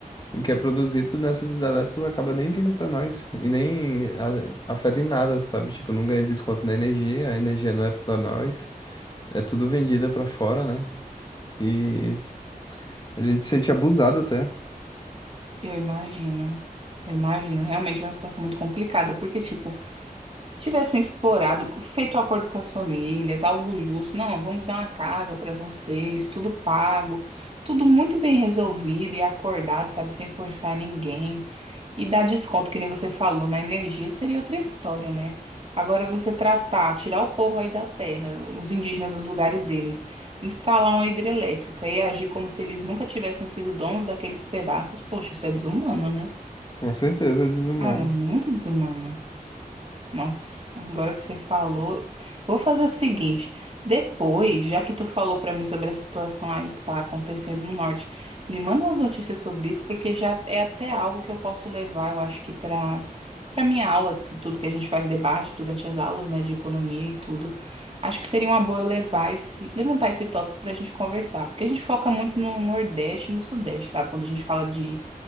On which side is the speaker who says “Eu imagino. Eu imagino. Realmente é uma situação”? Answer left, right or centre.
Right